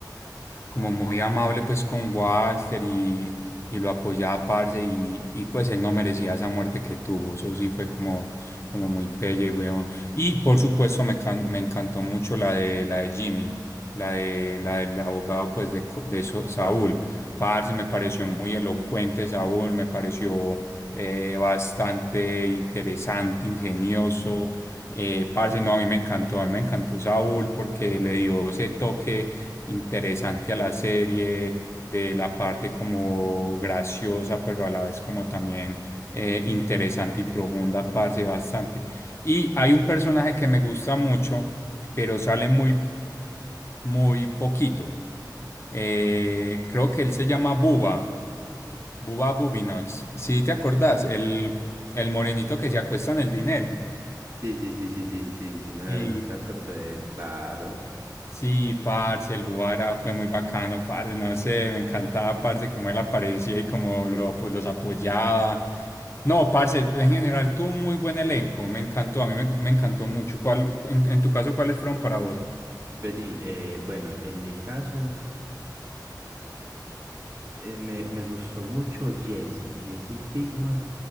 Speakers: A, on the left; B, on the right.
A: como muy amable pues con Walter y, y lo apoyaba, parce, y, y pues él no merecía esa muerte que tuvo, eso sí fue como, como muy pelle, weón. Y por supuesto me, can- me encantó mucho la de, la de Jimmy, la de, la del abogado pues de, Co- de So- Saúl. Parce, me pareció muy elocuente Saúl, me pareció eh, bastante interesante, ingenioso. Eh, parce, no, a mí me encantó, a mí me encantó Saúl porque le dio ese toque interesante a la serie, de la parte como graciosa, pero a la vez como también eh, interesante y profunda, parce, bastante. Y hay un personaje que me gusta mucho, pero sale muy, muy poquito. Eh, creo que él se llama Bubba, Bubba Bubinots. sí te acordás, el, el morenito que se acuesta en el dinero.
B: Sí, sí, sí, sí, sí, sí, sí me,
A: Sí,
B: sí me acuerdo de él, claro.
A: Sí, parce, el Buara fue muy bacano, parce, no sé, me encantaba, parce, cómo él aparecía y cómo lo- pues, los apoyaba. No, parce, en general tuvo un muy buen elenco, me encantó, a mí me, me encantó mucho. ¿Cuál, en, en tu caso, cuáles fueron para vos?
B: Vení, eh, bueno, en mi caso, eh, me, me gustó mucho Jesse, Jesse Pinkman,